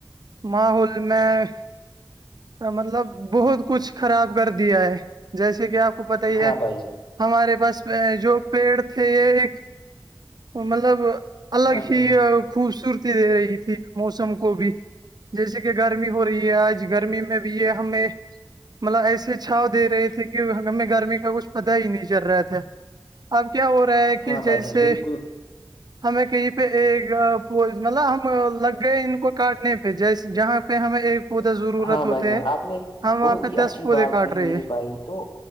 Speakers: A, on the right; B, on the left.
A: ماحول میں مطلب بہت کچھ خراب کر دیا ہے جیسے کہ آپ کو پت ہی ہے
B: ہاں بھائی جان
A: ہمارے پاس جو پیڑ تھے یہ ایک مطلب الگ
B: ہاں بھائی
A: ہی خوبصورتی دے رہی تھی موسم کو بھی جیسے کہ گرمی ہو رہی ہے آج گرمی میں بھی یہ ہمیں مطلب ایسے چھاؤ دے رہے تھے کہ ہمیں گرمی کا کچھ پتا ہی نہیں چل رہا تھا اب کیا ہو رہا ہے کہ
B: ہاں بھائی
A: جیسے
B: جان بالکل
A: ہمیں کہیں پہ ایک پول مطلب ہم لگ گئے ان کو کاٹنے پہ جیس جہاں پہ ہمیں ایک پودا ضرورت
B: ہاں
A: ہوتے
B: بھائی جان
A: ہے
B: آپ نے
A: ہم وہاں
B: بہت
A: پہ
B: ہی
A: دس
B: اچھی
A: پودے
B: بات
A: کاٹ
B: کہی
A: رہے
B: میرے بھائی تو